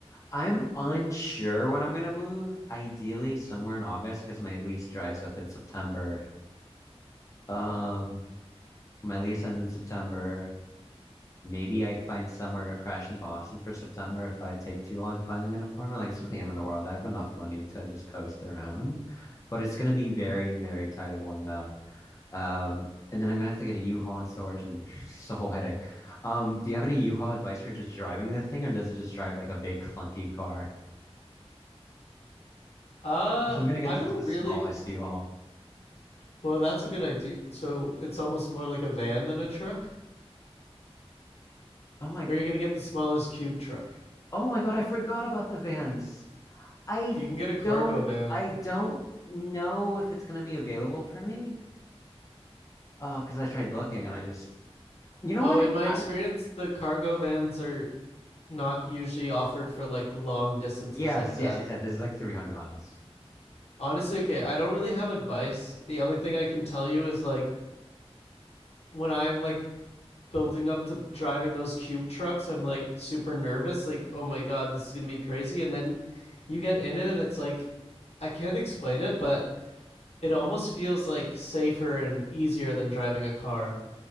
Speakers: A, on the left; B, on the left.
A: I'm unsure when I'm gonna move, ideally somewhere in August because my lease dries up in September. Um, my lease ends in September. Maybe I find somewhere to crash in Boston for September if I take too long finding an apartment. Like it's not the end of the world. I have enough money to just coast around, but it's gonna be very, very tight of a window. Um, and then I'm gonna have to get a U-Haul in storage, and <laughs> it's a whole headache. Um, do you have any U-Haul advice for just driving the thing, or does it just drive like a big clunky car?
B: Uh,
A: Because I'm gonna get
B: I
A: just
B: don't
A: the smallest
B: really.
A: U-Haul.
B: Well, that's a good idea. So it's almost more like a van than a truck?
A: Oh my,
B: Or you're gonna get the smallest cube truck.
A: oh my God, I forgot about the vans. I
B: You can get a cargo
A: don't,
B: van.
A: I don't know if it's gonna be available for me. Uh, because I tried looking, and I just, you know
B: Oh,
A: what?
B: in my
A: I'm
B: experience, the cargo vans are not usually offered for like long distances
A: yes,
B: like that.
A: yes, it says this is like 300 miles.
B: Honestly, okay, I don't really have advice. The only thing I can tell you is like when I'm like building up to driving those cube trucks, I'm like super nervous, like, oh my god, this is gonna be crazy. And then you get in it and it's like I can't explain it, but it almost feels like safer and easier than driving a car